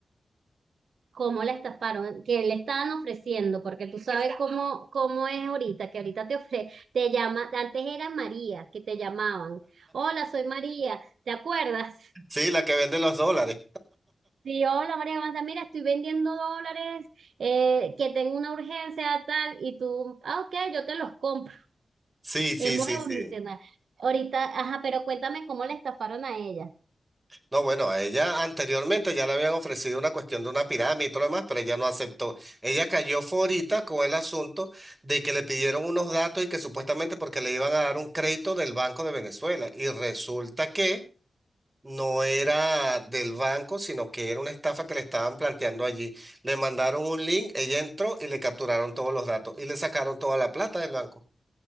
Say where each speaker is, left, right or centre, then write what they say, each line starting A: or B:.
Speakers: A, on the right; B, on the right.
A: ¿Cómo la estafaron? ¿Qué le estaban ofreciendo? Porque tú sabes cómo, cómo es ahorita, que ahorita te ofre, te llama, antes era María, que te llamaban. Hola, soy María, ¿te acuerdas?
B: sí, la que vende los dólares.
A: Sí, hola María, ¿cómo estás? Mira, estoy vendiendo dólares, eh, que tengo una urgencia tal, y tú, ah, ok, yo te los compro.
B: Sí,
A: <laughs>
B: sí,
A: Hemos
B: sí,
A: evolucionado.
B: sí.
A: Ahorita, ajá, pero cuéntame cómo la estafaron a ella.
B: No, bueno, a ella anteriormente ya le habían ofrecido una cuestión de una pirámide y todo lo demás, pero ella no aceptó. Ella cayó forita con el asunto de que le pidieron unos datos y que supuestamente porque le iban a dar un crédito del Banco de Venezuela. Y resulta que no era del banco, sino que era una estafa que le estaban planteando allí. Le mandaron un link, ella entró y le capturaron todos los datos y le sacaron toda la plata del banco.